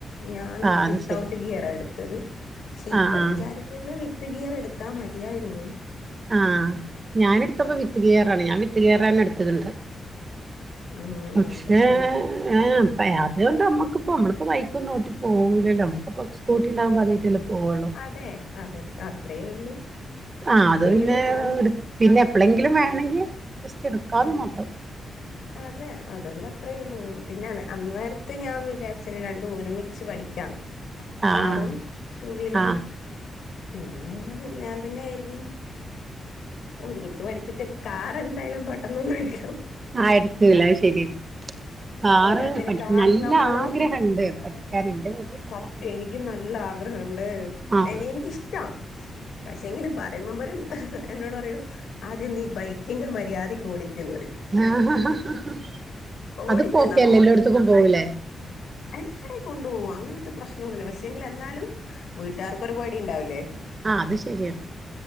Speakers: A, on the left (about 70°); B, on the right (about 30°).
A: ഞാൻ
B: ആ
A: വിത്ത്
B: അത് ശരി
A: ഔട്ട് ഗിയറാ എട്ത്തത് ക്ഷേ
B: ആ
A: ഇപ്പം
B: ആ
A: വിചാരി ക്കുന്ന് വിത്ത് ഗിയറ് എട്ത്താ മതിയായിരുന്നൂന്ന്
B: ആഹ് ഞാന് എട്ത്തപ്പോ വിത്ത് ഗിയറാണ് ഞാൻ വിത്ത് ഗിയറെന്നെട്ത്ത്ട്ട്ണ്ട്
A: ഉം
B: പക്ഷേ
A: പക്ഷെങ്കില്
B: ഏഹ് അത് കൊണ്ട് നമ്മക്ക്പ്പോ നമ്മള്പ്പം ബൈക്കൊന്നും ഓട്ടി പോവുലല്ലോ നമ്മുക്ക്‌പ്പൊ സ് കൂട്ടിണ്ടാവുമ്പോ അതായിറ്റല്ലേ പോവോള്ളൂ
A: അതെ അതെ അത്രേ ഒള്ളൂ
B: ആഹ്
A: പക്ഷെങ്കില്
B: അത് പിന്നെ
A: ഞാൻ
B: എടു പിന്നെ എപ്പളങ്കിലും വേണെങ്കി ജസ്റ്റ് ഇട്ക്കാന്ന് മാത്രം
A: അതെ അതെല്ലാ ത്രേ ഉള്ളൂ പിന്നാണ് അന്നേരത്ത് ഞാൻ വിചാരിച്ച്ണ് രണ്ടും ഒരുമിച്ച് പഠിക്കാന്ന്
B: ആഹ്
A: കാറും റ്റൂവീലറും
B: ആഹ്
A: പിന്നെ ഞാൻ തന്നെ കര്തി ഒരുമിച്ച് പഠിച്ചിട്ട് കാറെന്തായാലും പെട്ടെന്നോന്നും ഇട്
B: ആഹ് എട്ക്കൂല അത് ശെര്യാ കാറ്
A: പോരാത്തതിന്
B: പഠിക്
A: കാർ
B: നല്ല
A: നമ്മള്
B: ആഗ്രഹണ്ട് പഠിക്കാന് ഇന്റെ വീട്ടില് കാറ്
A: സത്യം എനിക്ക് നല്ല ആഗ്രഹണ്ട്
B: ആഹ്
A: എനി എനിക്കിഷ്ട്ടാ പക്ഷേങ്കില് പറിംമ്പ പറിം എന്നോട് പറയും ആദ്യം നീ ബൈക്കിന്റെ മര്യാദിക്ക് ഓടിക്ക്ന്ന് പറിം
B: ആഹ്
A: ഓടിക്കും
B: അത്പ്പോ ഓക്കെല്ലേ എല്ലോട്ത്ത്ക്കും പോവുലേ
A: എല്ലാടേം കൊണ്ടോവാ അങ്ങനത്തെ പ്രശ്നൊന്നുല്ല പക്ഷേങ്കില് എന്നാലും വീട്ടാറ്ക്കൊരു പേടിണ്ടാവുലേ
B: ആഹ് അത് ശരിയാണ്